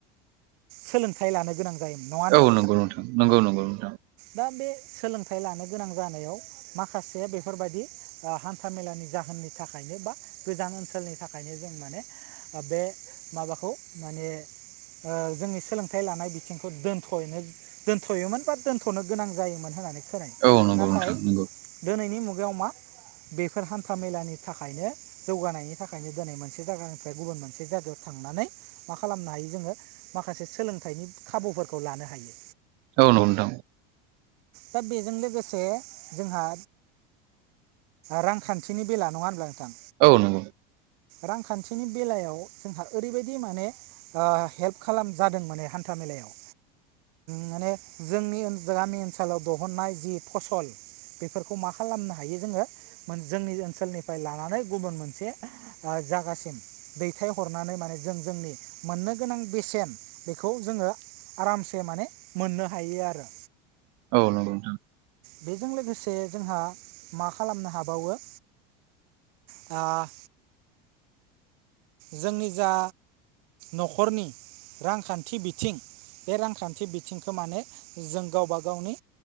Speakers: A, on the right; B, on the right.
A: सोलोंथाइ लानो गोनां जायोमोन नङा होनब्ला
B: औ नंगौ नोंथां नंगौ नंगौ नोंथां
A: दा बे सोलोंथाइ लानो गोनां जानायाव माखासे बेफोरबायदि ओ हान्था मेलानि जाहोननि थाखायनो बा गोजान ओनसोलनि थाखायनो जों माने ओ बे माबाखौ माने ओ जोंनि सोलोंथाइ लानाय बिथिंखौ दोनथ'यैनो दोनथ'योमोन बा दोन्थ'नो गोनां जायोमोन होननानै खोनाय
B: औ नंगौ
A: नाथाय
B: नोंथां नंगौ
A: दोनैनि मुगायाव मा बेफोर हान्था मेलानि थाखायनो जौगानायनि थाखायनो दोनै मोनसे जायगानिफ्राय गुबुन मोनसे जायगायाव थांनानै मा खालामनो हायो जोङो। माखासे सोलोंथाइनि खाबुफोरखौ लानो हायो।
B: औ नङाव दं।
A: दा बेजों लोगोसे जोंहा रांखान्थिनि बेला नङा होनब्ला नोंथां
B: औ नंगौ
A: रांखान्थिनि बेलायाव जोंहा ओरैबायदि माने ओ हेल्प खालाम जादों माने हान्था मेलायाव माने जोंनि ओ गामि ओनसोलाव दहुननाय जि फसल बेफोरखौ मा खालामनो हायो जोङो जोंनि ओनसोलनिफ्राय लानानै गुबुन मोनसे जागासिम दैथायहरनानै माने जों जोंनि मोननो गोनां बेसेन बेखौ जोङो आरामसे माने मोननो हायो आरो
B: औ नोंगौ नोंथां
A: बेजों लोगोसे जोंहा मा खालामनो हाबावो आ जोंनि जा न'खरनि रांखान्थि बिथिं बे रांखान्थि बिथिंखौ माने जों गावबा गावनि